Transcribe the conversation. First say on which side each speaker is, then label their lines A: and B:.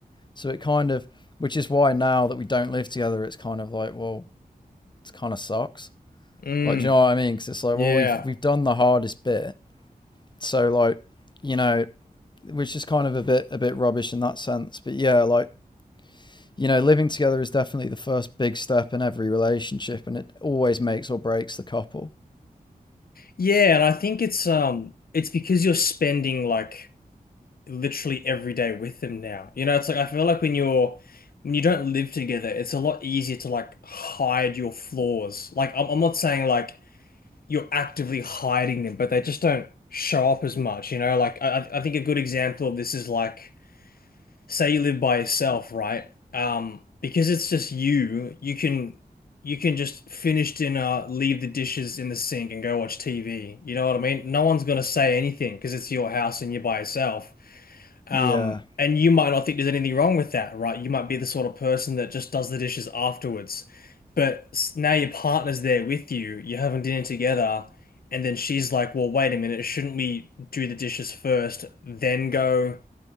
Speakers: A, on the left; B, on the left.
A: So it kind of, which is why now that we don't live together, it's kind of like, well, it kind of sucks.
B: Mm.
A: Like, do you know what I mean? Because it's like,
B: Yeah.
A: well, we've we've done the hardest bit, so like, you know, which is kind of a bit a bit rubbish in that sense. But yeah, like, you know, living together is definitely the first big step in every relationship, and it always makes or breaks the couple.
B: Yeah, and I think it's um it's because you're spending like literally every day with them now. You know, it's like I feel like when you're when you don't live together, it's a lot easier to like hide your flaws. Like I'm I'm not saying like you're actively hiding them, but they just don't show up as much, you know? Like I, I think a good example of this is like say you live by yourself, right? Um, because it's just you, you can you can just finish dinner, leave the dishes in the sink and go watch TV. You know what I mean? No one's gonna say anything because it's your house and you're by yourself. Um,
A: Yeah,
B: and you might not think there's anything wrong with that, right? You might be the sort of person that just does the dishes afterwards. But s- now your partner's there with you, you're having dinner together, and then she's like, well, wait a minute, shouldn't we do the dishes first, then go